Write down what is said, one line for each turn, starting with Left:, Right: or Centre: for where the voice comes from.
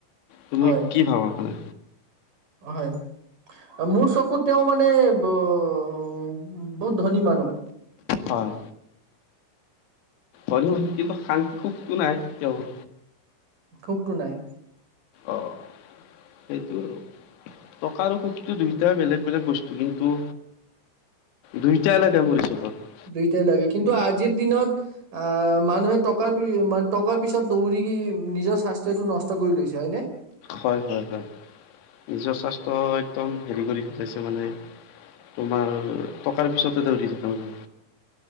Left: তুমি
Right: হয়
Left: কি ভাৱা মানে?
Right: হয়। মোৰ চকুত তেওঁ মানে ব-বহুত ধনী মানুহ।
Left: হয়। হৈয়ো, কিন্তু শান্তি-সুখটো নাই তেওঁৰ।
Right: সুখটো নাই।
Left: অ', সেইটোৱে আৰু। টকা আৰু সুখটো দুইটাই বেলেগ বেলেগ বস্তু, কিন্তু দুইটাই লাগে মোৰ হিচাবত।
Right: দুইটাই লাগে, কিন্তু আজিৰ দিনত আহ মানুহে টকাৰ-টকাৰ পিছত দৌৰি নিজৰ স্বাস্থ্যটো নষ্ট কৰি লৈছে, হয়নে?
Left: হয়, হয়, হয়। নিজৰ স্বাস্থ্য একদম হেৰি কৰি পেলাইছে মানে তোমাৰ টকাৰ পিছতে দৌৰি থাকে মানে।